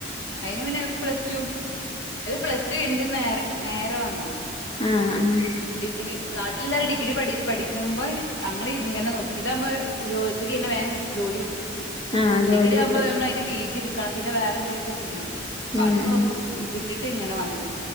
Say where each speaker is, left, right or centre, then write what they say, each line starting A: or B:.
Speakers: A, on the left (about 85°); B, on the left (about 30°).
A: അയിന് പിന്നെ പ്ലസ് ടു ഇത് പ്ലസ് ടു കൈഞ്ഞ്ട്ട് നേ നേരെ വന്നാ
B: ആഹ് ആഹ്
A: ഡിഗ്രി നാട്ടിൽല്ലോരെ ഡി ഗ്രി പഠി പഠിക്കുമ്പോ ഞങ്ങൾ ഇങ്ങനെ നോക്കി ഇതാവുമ്പോ ഹ് ജോ ഇത് കൈഞ്ഞാ വേഗം ജോലി കിട്ടും.
B: ആഹ് ജോലി
A: ഡിഗ്രി
B: കിട്ടു
A: ആവുമ്പോ നമ്മൾ അയിന്റെ പി ജി ഇടുക്കണം പിന്നെ വേറെ എന്തെങ്കിലൊക്കെ ചെയ്യണ്ടേ പ്പ
B: ഉം
A: അത് നോ
B: ഉം
A: വിട്ടിട്ട് ഇങ്ങനെ വന്നു